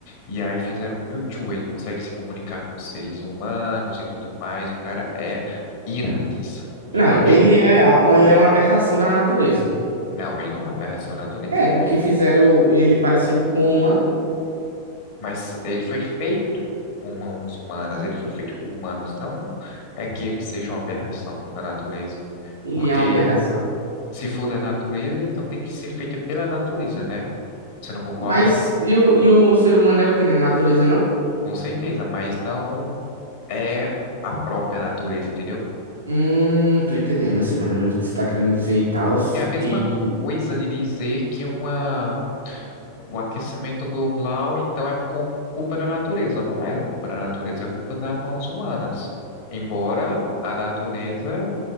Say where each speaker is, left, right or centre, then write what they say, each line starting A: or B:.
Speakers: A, on the left; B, on the right.
A: E aí fizeram o Mewtwo, ele consegue se comunicar com seres humanos e tudo mais. O cara é iradíssimo. E
B: Não,
A: eu acho,
B: ele é, ele é uma aberração da natureza.
A: não, ele não é essa natureza,
B: É,
A: ele
B: porque
A: é-
B: fizeram ele parecido com o humano.
A: mas ele foi feito por mãos humanas, ele foi feito por humanos, não é que ele seja uma aberração da natureza.
B: Ele
A: Porque
B: é uma aberração.
A: se for da natureza, então tem que ser feita pela natureza, né? Você não concorda?
B: Mas e o, e o ser humano é o que, né? Natureza, não?
A: Com certeza, mas não é a própria natureza, entendeu?
B: Hum, tô entendendo, assim, mais ou menos o que você tá querendo dizer e tal.
A: É a mesma
B: E
A: coisa de dizer que uma, o aquecimento global, então, é com- culpa da natureza. Não é culpa da natureza, é culpa das mãos humanas. Embora a natureza,